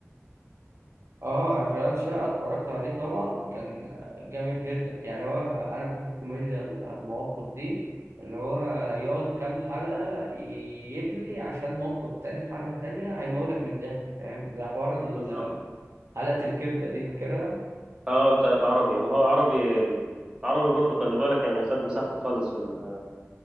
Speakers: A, on the right; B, on the right.
A: اه اشغال شقه اتفرجت عليه طبعا كان جامد جدا يعني هو انا بحب الكوميديا المواقف دي اللي هو يقعد كام حلقه يبني عشان موقف تاني في حلقه تانية هيموتك من الضحك فاهم زي حوار ال-
B: بالظبط
A: حلقه الكبده دي فاكرها
B: اه بتاعت عربي ما هو عربي ال- عربي برضو خلي بالك يعني خد مساحته خالص في ال-